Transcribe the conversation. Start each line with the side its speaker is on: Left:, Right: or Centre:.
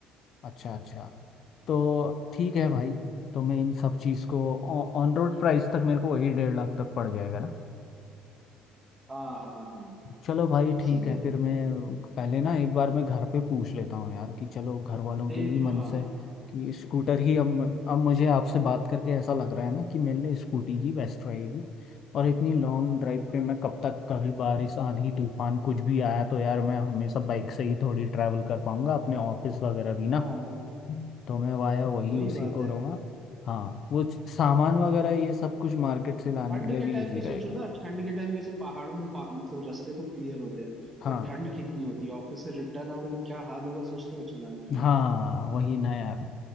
Left: अच्छा अच्छा तो ठीक है भाई तो मैं इन सब चीज़ को ऑन रोड प्राइस तक मेरे को वही डेढ़ लाख तक पड़ जाएगा ना
Right: हाँ हाँ हाँ
Left: चलो भाई
Right: इसीलिए
Left: ठीक है फिर मैं पहले ना एक बार मैं घर पे पूछ लेता हूँ यार कि चलो घर वालों
Right: देख
Left: के ही
Right: लो
Left: मन
Right: हाँ
Left: से कि स्कूटर ही अब अब मुझे आपसे बात करके ऐसा लग रहा है ना कि मेरे लिए स्कूटी ही बेस्ट रहेगी और इतनी लॉन्ग ड्राइव पे मैं कब तक कभी बारिश आंधी तूफान कुछ भी आया तो यार मैं हमेशा बाइक से ही थोड़ी ट्रैवल कर पाऊंगा अपने ऑफिस वगैरह भी ना
Right: हाँ
Left: तो मैं वाया वही
Right: वही
Left: उसी
Right: बात
Left: को
Right: है
Left: रहूँगा हाँ वो सामान वगैरह ये सब कुछ मार्केट से लाने
Right: ठंड
Left: के लिए
Right: के
Left: भी
Right: टाइम
Left: इजी
Right: पे
Left: रहेगा
Right: सोचो ना ठंड के टाइम जैसे पहाड़ों में पा, मतलब रास्ते तो क्लियर होते हैं
Left: हाँ
Right: पर ठंड कितनी होती है ऑफिस से रिटर्न आओगे तो क्या हाल होगा सोचते हो चलाने टाइम
Left: हाँ वही ना यार